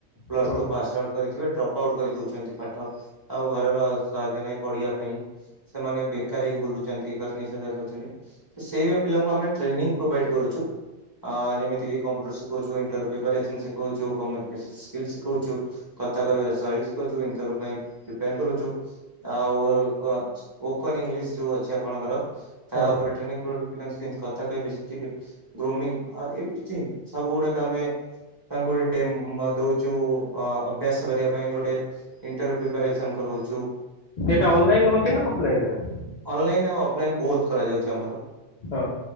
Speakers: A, on the right (about 20°); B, on the left (about 70°).
A: ପ୍ଲସ
B: ହଁ
A: ଟୁ ପାସ୍ ଆଉଟ୍ କରିଥିବେ ଡ୍ରପ୍ ଆଉଟ୍ କରିଦଉଛନ୍ତି ପାଠ ଆଉ ଘରର ଅସ କହିବେ ନାଇଁ ପଢିବା ପାଇଁ ସେମାନେ ବେକାର ହେଇି ବୁଲୁ ଛନ୍ତି <unintelligible> ସେଇଭଳି ପିଲାଙ୍କୁ ଆମେ ଟ୍ରେନିଂ ପ୍ରୋଭାଇଡ୍ କରୁଛୁ। ଆ ଯେମିତି କି କମ୍ପ୍ୟୁଟର ଶିଖାଉଛୁ‌ ଇନଣ୍ଟର ପ୍ରିପାରେସନ ସିଖଉଛୁ କମ୍ୟୁନିକେସନ ସ୍କି ସ୍କିଲ୍‌ ଶିଖଉଛୁ କଥା କହିବାର ଶୈଳୀ ଶିଖଉଛୁ ଇଣ୍ଟରଭ୍ୟୁ ପାଇଁ ପ୍ରିପେୟାର କରୁଛୁ। ଆଉ ଏ କ ସ୍ପୋକନ ଇଂଲିଶ ଯୋଉ ଅଛି ଆପଣଙ୍କର ତା
B: ହଁ ହଁ
A: ଉପରେ ଟ୍ରେନିଂ ପ ପିଲା କେମିତି କଥା କହିବେ ଶିଖିବେ ଗ୍ରୋମିଙ୍ଗ ଏଭ୍ରିଥିଙ୍ଗ୍ ସବୁ ଗୁଡ଼ାକ ଆମେ। ତାଙ୍କୁ ଏ ଡେମୋ ଦଉ ତୁ ଅ‌ ଅଭ୍ୟାସ କରିବା ପାଇଁ ଗୋଟେ ଇଣ୍ଟରଭ୍ୟୁ ପ୍ରିପାରେସନ କରଉଛୁ।
B: ସେଟା ଅନଲାଇନ ରେ ହଉଛି ନା ଅଫଲାଇନ ହବ।
A: ଅନଲାଇନ ଆଉ ଅଫଲାଇନ୍ ବୋଥ୍ କରାଯାଉଛି ଆମର।
B: ହଁ